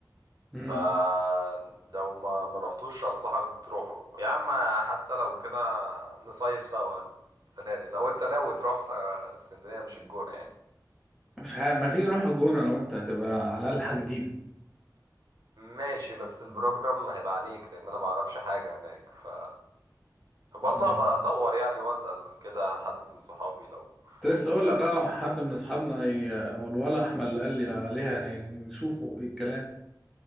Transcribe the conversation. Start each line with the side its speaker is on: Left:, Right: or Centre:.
Centre: مم.
Right: فلو ما ما رحتوش انصحك تروحوا يا عم حتى لو كده نصيف سوا السنة دي لو انت ناوي تروح آه، اسكندرية مش الجونة يعني
Centre: مش ه... ما تيجي نروح الجونه لو انت هتبقى على الاقل حاجه جديده
Right: ماشي بس البروجرام هيبقى عليك لان انا ما اعرفش حاجه هناك ف برضه
Centre: اه
Right: هبقى ادور يعني واسال كده حد من صحابي لو
Centre: كنت لسه اقول
Right: يعني
Centre: لك اه حد من اصحابنا ي- او الولا احمد اللي قال لي عليها يعني نشوفه ايه الكلام